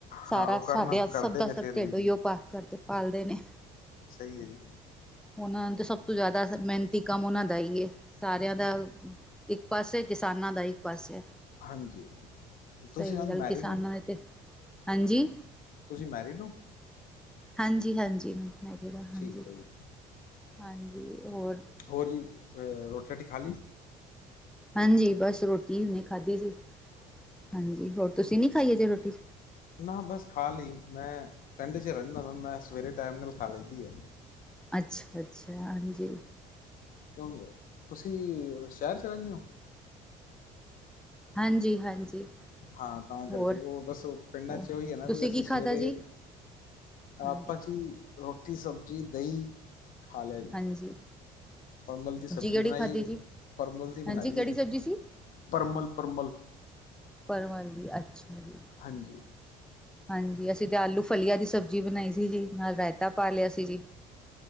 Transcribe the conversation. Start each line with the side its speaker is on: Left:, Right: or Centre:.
Centre: ਸਾਰਾ,
Left: ਹਾਂ ਉਹ ਕਰਨਾ
Centre: ਸਾਡੇ
Left: ਕਰਦੇ
Centre: ਸਭ ਦਾ
Left: ਨੇ
Centre: ਸਭ
Left: ਫਿਰ
Centre: ਢਿੱਡ
Left: ਵੀ ਜੀ
Centre: ਉਹੀਓ <unintelligible> ਕਰਕੇ ਪਾਲਦੇ ਨੇ।
Left: ਸਹੀ ਹੈ ਜੀ।
Centre: ਉਹਨਾਂ ਨੂ ਤੇ ਸਭ ਤੋਂ ਜ਼ਿਆਦਾ ਮਿਹਨਤੀ ਕੰਮ ਉਹਨਾਂ ਦਾ ਹੀ, ਸਾਰਿਆਂ ਦਾ ਇੱਕ ਪਾਸੇ ਕਿਸਾਨਾਂ ਦਾ, ਇੱਕ ਪਾਸੇ
Left: ਹਾਂਜੀ। ਤੁਸੀਂ
Centre: ਸਹੀ
Left: ਮੈਮ
Centre: ਗੱਲ।
Left: ਮੈਰਿਡ
Centre: ਕਿਸਾਨਾਂ
Left: ਹੋ
Centre: ਨੇ ਤੇ ਹਾਂਜੀ।
Left: ਤੁਸੀਂ ਮੈਰਿਡ ਹੋ?
Centre: ਹਾਂਜੀ- ਹਾਂਜੀ ਮੈਂ ਜ ਹਾਂਜੀ-
Left: ਠੀਕ ਹੈ ਜੀ
Centre: ਹਾਂਜੀ ਹੋਰ।
Left: ਹੋਰ ਜੀ, ਰੋਟੀ ਰਾਟੀ ਖਾ ਲਈ?
Centre: ਹਾਂਜੀ ਬਸ ਰੋਟੀੇ ਹੁਣੇ ਖਾਦੀ ਸੀ, ਹਾਂਜੀ, ਹੋਰ ਤੁਸੀਂ ਨੀ ਖਾਈ ਅਜੇ ਰੋਟੀ?
Left: ਨਾ ਬਸ ਖਾ ਲਈ, ਮੈਂ ਪਿੰਡ 'ਚ ਰਹਿੰਦਾ ਵਾ, ਮੈਂ ਸਵੇਰੇ ਟਾਈਮ ਨਾਲ ਖਾ ਲੈਦੀ ਹੈ।
Centre: ਅੱਛਾ, ਅੱਛਾ ਹਾਂਜੀ।
Left: ਕਿਉਂ ਤੁਸੀਂ ਸ਼ਹਿਰ 'ਚ ਰਹਿੰਦੇ ਉਹ।
Centre: ਹਾਂਜੀ, ਹਾਂਜੀ।
Left: ਹਾਂ ਤਾਂ ਕਰਕੇ,
Centre: ਹੋਰ
Left: ਉਹ ਬਸ ਉਹ ਪਿੰਡਾਂ
Centre: ਹੋਰ
Left: 'ਚ ਉਹੀ ਹੈ ਨਾ,
Centre: ਤੁਸੀਂ
Left: ਬਿ ਅਸੀਂ
Centre: ਕੀ
Left: ਸਵੇਰੇ
Centre: ਖਾਧਾ ਜੀ ਹਾਂਜੀ
Left: ਆਪਾਂ ਜੀ, ਰੋਟੀ, ਸਬਜ਼ੀ, ਦਹੀਂ ਖਾ ਲਿਆ ਜੀ।
Centre: ਹਾਂਜੀ
Left: ਪਰਮਲ ਦੀ ਸਬਜ਼ੀ
Centre: ਕਿਹੜੀ
Left: ਬਣਾਈ
Centre: ਖਾਧੀ
Left: ਏ,
Centre: ਜੀ
Left: ਪਰਮਲ ਦੀ ਬਣਾਈ
Centre: ਹਾਂਜੀ ਕਿਹੜੀ
Left: ਏ ਜੀ।
Centre: ਸਬਜ਼ੀ ਸੀ
Left: ਪਰਮਲ-ਪਰਮਲ।
Centre: ਪਰਵਲ ਦੀ, ਅੱਛਾ ਜੀ।
Left: ਹਾਂਜੀ।
Centre: ਹਾਂਜੀ, ਅਸੀਂ ਤੇ ਆਲੂ ਫਲੀਆ ਦੀ ਸਬਜ਼ੀ ਬਣਾਈ ਸੀ ਜੀ, ਨਾਲ ਰਾਇਤਾ ਪਾ ਲਿਆ ਸੀ ਜੀ।